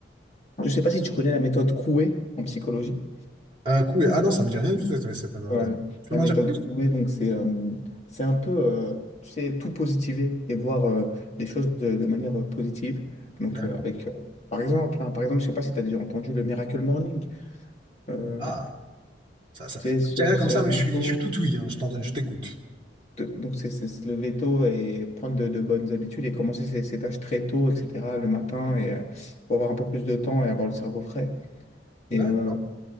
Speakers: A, on the left; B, on the right.
A: Je ne sais pas si tu connais la méthode Coué en psychologie.
B: Euh, cool. Ah non, ça me dit rien du tout. cette- cette panade-là.
A: Voilà.
B: Tu peux
A: La
B: m'en
A: méthode
B: dire plus?
A: Coué, donc c'est euh, c'est un peu, euh, tu sais, tout positiver et voir euh, les choses de, de manière euh, positive. Donc
B: D'accord.
A: euh, avec, euh, par exemple, hein, par exemple, je ne sais pas si tu as déjà entendu le Miracle Morning. Euh,
B: Ah, ça, ça.
A: tu sais, se,
B: Je dis rien
A: se
B: comme ça,
A: lever
B: mais je suis,
A: tôt,
B: je suis tout ouïe. hein. Je t'en donne, je t'écoute.
A: de- donc c'est c'est se lever tôt et prendre de, de bonnes habitudes et commencer ses, ses tâches très tôt, etc., le matin, et, euh, pour avoir un peu plus de temps et avoir le cerveau frais.
B: D'accord.
A: Et euh,